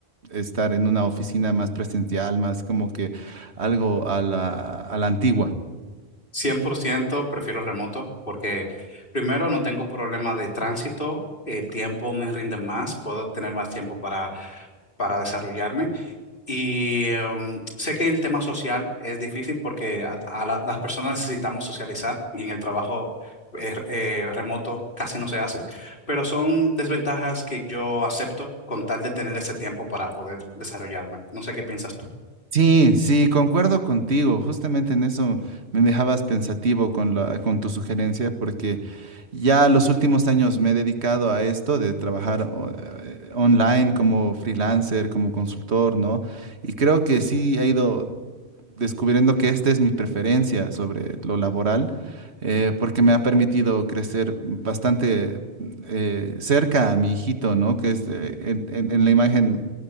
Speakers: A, on the right (about 80°); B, on the left (about 55°).
A: estar en una oficina más presencial, más como que algo a la, a la antigua?
B: cien por ciento prefiero remoto porque primero no tengo problema de tránsito, el tiempo me rinde más, puedo tener más tiempo para, para desarrollarme. Y em, sé que el tema social es difícil porque a, a la- las personas necesitamos socializar y en el trabajo eh, eh, remoto casi no se hace, pero son desventajas que yo acepto con tal de tener ese tiempo para poder desarrollarme. No sé qué piensas tú.
A: Sí, sí, concuerdo contigo. Justamente en eso me dejabas pensativo con la, con tu sugerencia, porque ya los últimos años me he dedicado a esto de trabajar o- eh, online como freelancer, como consultor, ¿no? Y creo que sí ha ido descubriendo que esta es mi preferencia sobre lo laboral, eh, porque me ha permitido crecer bastante eh, cerca a mi hijito, ¿no? Que es eh, en, en- en la imagen